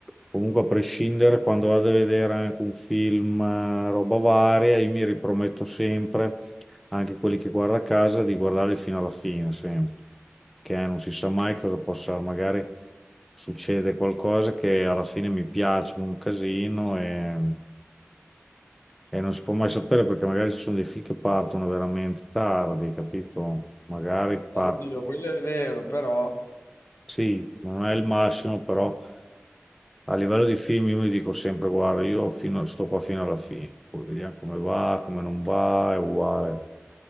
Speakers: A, in the centre; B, on the left.
A: comunque a prescindere quando vado a vedere anche un film, eh, roba varia, io mi riprometto sempre, anche quelli che guardo a casa, di guardarli fino alla fine, sempre. Che eh, non si sa mai cosa possa magari succede qualcosa che alla fine mi piace un casino e e non si può mai sapere perché magari ci sono dei film che partono veramente tardi, capito? Magari par-
B: Eh, Oddio, quello è vero, però
A: sì, non è il massimo, però a livello di film io mi dico sempre, guarda, io fino- sto qua fino alla fine, poi vediamo come va, come non va, è uguale.